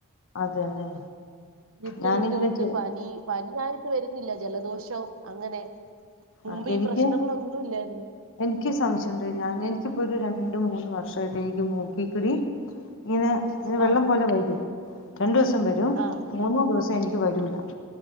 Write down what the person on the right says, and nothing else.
വിട്ട്
വിട്ട വിട്ട്
പനി പനിയായിട്ട് വരുന്നില്ല ജലദോഷവും അങ്ങനെ മുമ്പ്
ഈ
പ്രശ്നങ്ങളൊന്നുംല്ലായിരുന്നു
ആഹ്
ആഹ്